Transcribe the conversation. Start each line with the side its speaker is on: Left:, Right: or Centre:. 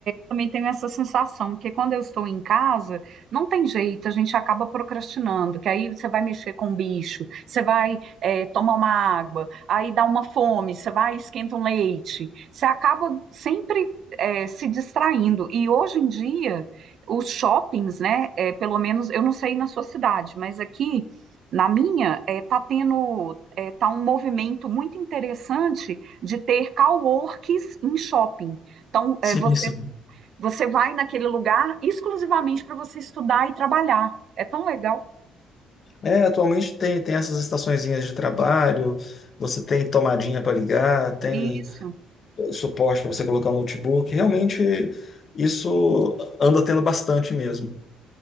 Right: também tenho essa sensação, porque quando eu estou em casa, não tem jeito, a gente acaba procrastinando, que aí você vai mexer com o bicho, você vai eh, tomar uma água, aí dá uma fome, você vai e esquenta um leite, você acaba sempre eh, se distraindo. E hoje em dia, os shoppings, né, eh, pelo menos, eu não sei na sua cidade, mas aqui na minha, eh, tá tendo, eh, tá um movimento muito interessante de ter coworks em shopping. Então, é,
Left: Sim,
Right: você
Left: sim.
Right: você vai naquele lugar exclusivamente para você estudar e trabalhar. É tão legal.
Left: É, atualmente tem, tem essas estaçõezinhas de trabalho, você tem tomadinha para ligar, tem
Right: Isso.
Left: eh, suporte para você colocar o notebook. Realmente, isso anda tendo bastante mesmo.